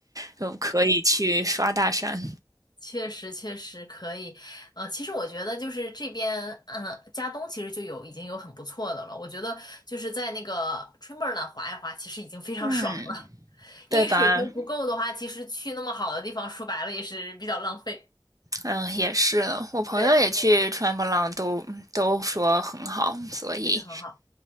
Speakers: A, on the right; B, on the left.
A: 就可以去刷大山。
B: 确实，确实可以。呃，其实我觉得就是这边，嗯、加东其实就有已经有很不错的了。我觉得就是在那个 t i m 滑一滑，其实已经非常
A: 嗯，
B: <laughs> 爽了。<laughs> 因为水平不够的话，
A: 对吧？
B: 其实去那么好的地方，说白了也是比较浪费。
A: 嗯，也是，我朋友也去川波浪都，
B: 对，
A: 都说很好，所以
B: 确实很好。